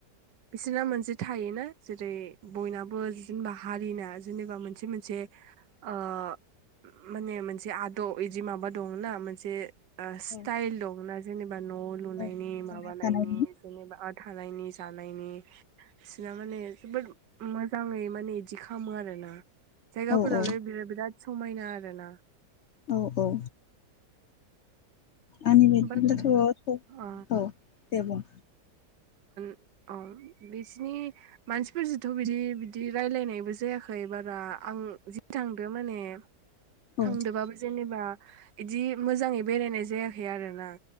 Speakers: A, on the right; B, on the left.
A: बिसोरना मोनसे थायोना जेरै बयनाबो बिदिनो बाह हारिना जेनेबा मोनसे मोनसे मोनसे अ माने मोनसे आदब बिदि माबा दंना मोनसे ओ स्टाइल
B: औ
A: दंना बा न' लुनायनि
B: औ जानाय
A: माबानायनि
B: थानायनि
A: जेनेबा थानायनि जालायनि सिना माने जोबोद मोजाङै <unintelligible> बिदि खालामो आरोना। जायगाफोरालाय
B: औ औ
A: बिरा-बिराद समायना आरोना
B: औ औ आंनि बायदिब्लाथ'
A: बाट
B: औ
A: अ
B: दे बुं
A: औ बिसिनि मानसिफोरजोंथ' बिदि बिदि रायलायनायबो जायाखै बारा आं जि थांदो माने
B: औ
A: थांदोंबाबो जेनेबा इदि मोजाङै बेरायनाय जाया खै आरो ना